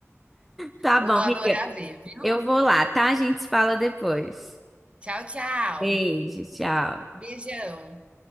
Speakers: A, in the centre; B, on the right.
A: Tá bom,
B: Eu vou
A: amiga.
B: adorar ver, viu?
A: Eu vou lá, tá? A gente se fala depois.
B: Tchau, tchau.
A: Beijo, tchau.
B: Beijão.